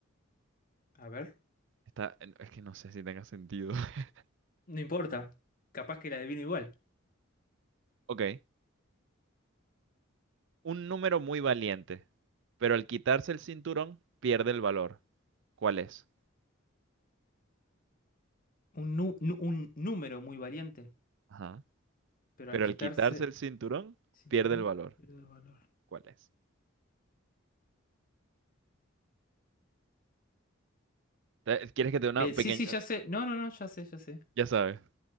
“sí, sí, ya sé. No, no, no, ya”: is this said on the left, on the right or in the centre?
Left